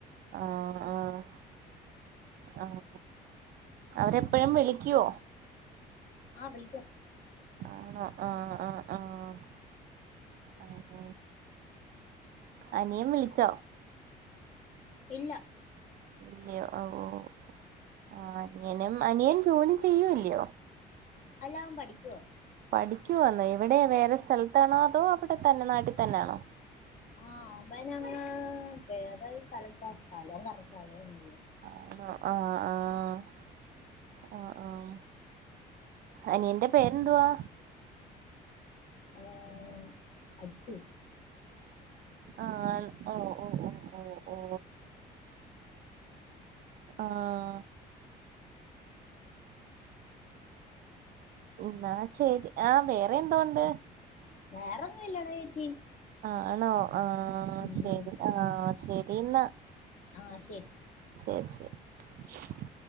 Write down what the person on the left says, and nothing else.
ആഹ് വിളിക്കും.
ഇല്ല.
അല്ലവൻ പഠിക്കുവാ.
ആഹ് അവനങ്ങ് വേറൊര് സ്ഥലത്താ സ്ഥലം കറക്റ്റ് അറിയാൻ വയ്യ.
ഏഹ് അച്ചു.
വേറെന്നും ഇല്ലടെ ചേച്ചി.
ഉം
ആഹ് ശെരി.